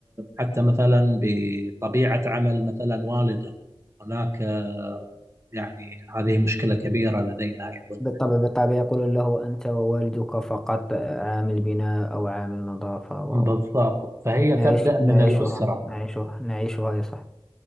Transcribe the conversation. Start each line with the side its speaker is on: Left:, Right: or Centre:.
Right: حتى مثلا بطبيعة عمل مثلا والده هناك آه، يعني هذه مشكلة كبيرة لدينا أيضا
Centre: بالطبع بالطبع يقول له أنت ووالدك فقط عامل البناء أو عامل النظافة و
Right: بالضبط
Centre: و-
Right: فهي
Centre: نعيش
Right: تبدأ من
Centre: نعيشها
Right: الأسرة
Centre: نعيشها نعيشها يا صاحبي